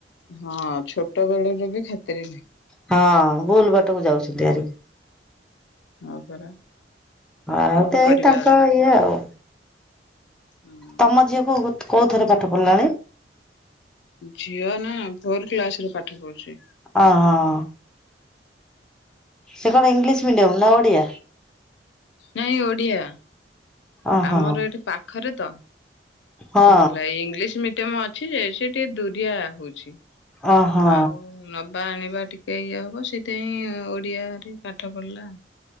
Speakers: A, on the left; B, in the centre.
A: ହଁ ଛୋଟ ବେଳରୁ ବି ଖାତିର ନାହିଁ।
B: ହଁ, ଭୁଲ ବାଟକୁ ଯାଉଛନ୍ତି ଆରି।
A: ହଁ ପରା
B: ଆଉ
A: କଣ
B: ତେଣିକି
A: କରିବା
B: ତାଙ୍କ
A: ଆଉ
B: ଇଏ ଆଉ।
A: ହଁ
B: ତମ ଝିଅ ପୁଅ କୋଉ ଥରେ ପାଠ ପଢ଼ିଲାଣି?
A: ଝିଅ ନା ଫୋର କ୍ଲାସରେ ପାଠ ପଢୁଛି।
B: ଅ, ହ। ସେ କଣ ଇଂଲିଶ ମିଡିୟମ୍ ନା ଓଡ଼ିଆ?
A: ନାଇଁ ଓଡିଆ
B: ଓହୋ
A: ଆମର ଏଠି ପାଖରେ ତ।
B: ହଁ
A: ସେ ଥିଲା ଇଂଲିଶ ମିଡିୟମ ଅଛି ଯେ ସେ ଟିକେ ଦୁରିଆ ହଉଛି
B: ଓହୋ
A: ଆଉ ନବା ଆଣିବା ଟିକେ ଇଏ ହବ ସେଇଥିପାଇଁ ଓଡିଆରେ ପାଠ ପଢିଲା।